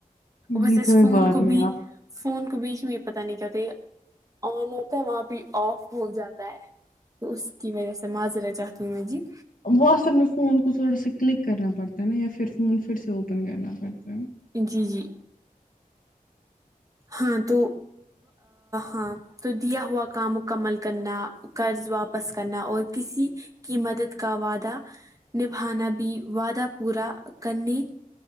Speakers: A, on the right (about 25°); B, on the left (about 70°).
A: بس
B: جی
A: اس
B: کوئی
A: فون
B: بات
A: کو
B: نہیں
A: بھی
B: آپ
A: فون کو بیچ میں یہ پت نہیں کیا ہوتا ہے یہ آن ہوتا ہے وہاں بھی آف ہو جاتا ہے تو اس کی وجہ سے معاذرت چاہتی ہو مجید
B: وہ اصل میں فون کو تھوڑا سا کلک کرنا پڑتا ہے نا یا پھر فون پھر سے اوپن کرنا پڑتا ہے
A: جی جی ہاں تو ہاں تو دیا ہوا کام مکمل کرنا قرض واپس کرنا اور کسی کی مدد کا وعدہ نبھانا بھی وعدہ پورا کرنے